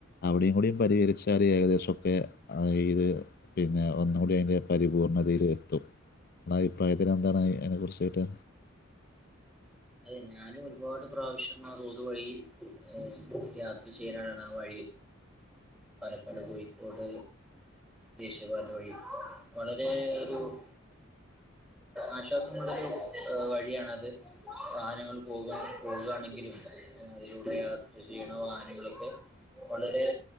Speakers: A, on the left (about 50°); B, in the centre.
A: അവിടെയും കൂടിയും പരിഹരിച്ചാൽ
B: ഉം
A: ഏകദേശമൊക്കെ ഇത് പിന്നെ ഒന്നുകൂടി അതിൻ്റെ പരിപൂർണ്ണതയിൽ എത്തും ആ അഭിപ്രായത്തിന ന്താണ് അതിനെക്കുറിച്ചിട്ട്
B: അതെ ഞാനും ഒരുപാട് പ്രാവശ്യം ആ റോഡ് വഴി ഏഹ് യാത്ര ചെയ്യാന ആ വഴി പാലക്കാട് കോഴിക്കോട് ദേശീയപാത വഴി വളരെ ഒരു- ആശ്വാസമുള്ളൊരു വഴിയാണത് വാഹനങ്ങൾ പോക പോകയാണെങ്കിലും അതിലൂടെ യാത്ര ചെയ്യണ വാഹനങ്ങളൊക്കെ. വളരെ